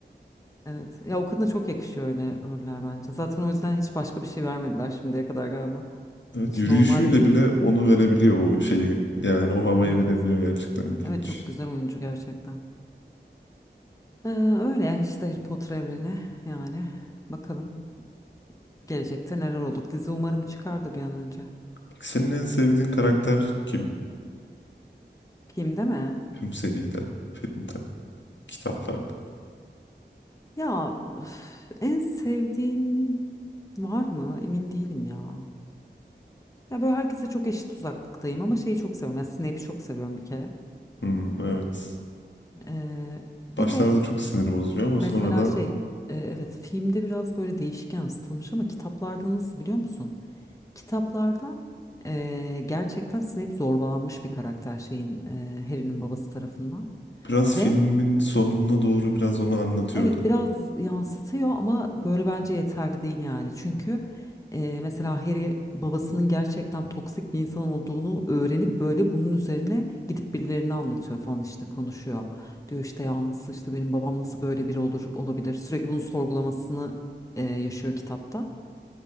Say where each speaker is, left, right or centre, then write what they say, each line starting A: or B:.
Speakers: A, on the left (about 15°); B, on the left (about 85°).
A: evet. Ya o kadına çok yakışıyor öyle roller bence. Zaten o yüzden hiç başka bir şey vermediler şimdiye kadar galiba.
B: Evet,
A: Hiç
B: yürüyüşüyle
A: normal bir,
B: bile onu verebiliyor o şeyi. Yani o havayı
A: evet.
B: verebiliyor gerçekten ilginç.
A: Evet çok güzel oyuncu gerçekten. Ee, öyle işte Harry Potter evreni yani. Bakalım gelecekte neler olur. Dizi umarım çıkar da bir an önce.
B: Peki senin en sevdiğin karakter kim?
A: Filmde mi?
B: Tüm seride, filmde, kitaplarda.
A: Ya üf, en sevdiğim var mı? Emin değilim ya. Ya böyle herkese çok eşit uzaklıktayım ama şeyi çok seviyorum. Yani Snape'i çok seviyorum bir kere.
B: Hmm, evet.
A: Ee, bir
B: Başlarda
A: de
B: çok sinir bozucu ama
A: mesela
B: sonradan
A: şey e, evet filmde biraz böyle değişik yansıtılmış ama kitaplarda nasıl biliyor musun? Kitaplarda e, gerçekten Snape zorbalanmış bir karakter şeyin e, Harry'nin babası tarafından.
B: biraz
A: Ve
B: filmin sonuna doğru biraz onu anlatıyordu.
A: Evet biraz yansıtıyor ama böyle bence yeterli değil yani. Çünkü e, mesela Harry babasının gerçekten toksik bir insan olduğunu öğrenip böyle bunun üzerine gidip birilerine anlatıyor falan işte konuşuyor. Diyor işte yalnız işte benim babam nasıl böyle biri olur olabilir. Sürekli bunun sorgulamasını e, yaşıyor kitapta.